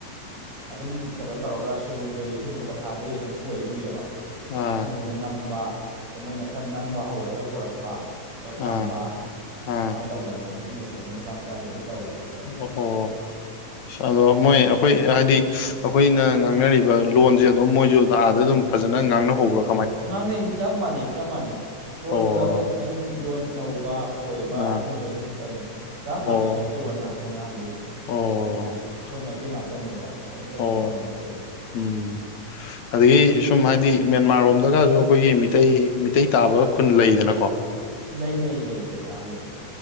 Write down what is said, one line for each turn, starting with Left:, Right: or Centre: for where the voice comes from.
Right: ꯑꯗꯨꯝ ꯀꯩꯅꯣ ꯇꯧꯔꯒ ꯁꯣꯏꯕꯨꯝꯈꯩꯁꯦ ꯑꯗꯨꯝ ꯀ꯭ꯋꯥꯊꯥꯗꯒꯤꯩ ꯑꯗꯨꯝ ꯄꯨꯔꯛꯏꯑꯕ
Left: ꯑꯥ
Right: ꯀꯛꯆꯤꯡ ꯂꯣꯝꯗ ꯅꯝꯕ ꯑꯗꯩ ꯃꯣꯏꯅ ꯈꯔ ꯅꯝꯕ ꯍꯧꯔꯒ ꯄꯨꯔꯛꯄ ꯑ
Left: ꯑꯥ
Right: ꯊꯝꯕ
Left: ꯑꯥ
Right: ꯑꯗꯨꯃꯥꯏꯅ ꯇꯧꯅꯗꯅ ꯕꯤꯖꯤꯅꯦꯁꯁꯦ ꯑꯗꯨꯝ ꯃꯆꯥ ꯃꯆꯥꯗꯤ ꯑꯗꯨꯝ ꯇꯧꯔꯤ ꯈꯔ ꯈꯔ
Left: ꯑꯣ ꯑꯣ ꯑꯗꯣ ꯃꯣꯏ ꯑꯩꯈꯣꯏ ꯍꯥꯏꯗꯤ ꯑꯩꯈꯣꯏꯅ ꯉꯥꯡꯅꯔꯤꯕ ꯂꯣꯟꯁꯦ ꯑꯗꯨꯝ ꯃꯣꯏꯁꯨ ꯑꯥꯗ ꯑꯗꯨꯝ ꯐꯖꯅ ꯉꯥꯡꯅꯍꯧꯕꯔ
Right: ꯉꯥꯡꯅꯩꯅꯤ ꯆꯞ ꯃꯥꯟꯅꯩ ꯆꯞ ꯃꯥꯟꯅꯩ ꯂꯣꯟꯗꯨꯗ
Left: ꯑꯣ
Right: ꯑꯩꯈꯣꯏ ꯈꯤꯇꯪ ꯂꯣꯟ ꯅꯧꯕ ꯀꯣꯏꯕ
Left: ꯑꯥ
Right: ꯑꯗꯨꯝꯕꯒꯤ ꯈꯛꯇꯅꯤ ꯆꯞ ꯃꯥꯟꯅꯩ
Left: ꯑꯣ
Right: ꯃꯩꯇꯩꯔꯣꯟꯜ ꯉꯥꯛꯇꯅꯤ ꯉꯥꯡꯗꯣꯏꯁꯦ
Left: ꯑꯣ
Right: ꯍꯥꯏꯗꯤ ꯑꯩꯈꯣꯏ ꯃꯩꯇꯩ ꯉꯥꯛꯇꯅꯦꯕ ꯀꯩꯝꯇ ꯀꯩꯅꯣ
Left: ꯑꯣ
Right: ꯇꯧꯕ ꯅꯠꯇꯦꯕ
Left: ꯎꯝ ꯑꯗꯒꯤ ꯁꯨꯝ ꯍꯥꯏꯗꯤ ꯃꯦꯟꯃꯥꯔ ꯂꯣꯝꯗꯒꯁꯨ ꯑꯩꯈꯣꯏꯒꯤ ꯃꯤꯇꯩ ꯃꯤꯇꯩ ꯇꯥꯕ ꯈꯨꯟ ꯂꯩꯗꯅꯀꯣ
Right: ꯂꯩ ꯂꯩ ꯂꯩ ꯂꯩ ꯑꯥ ꯂꯩ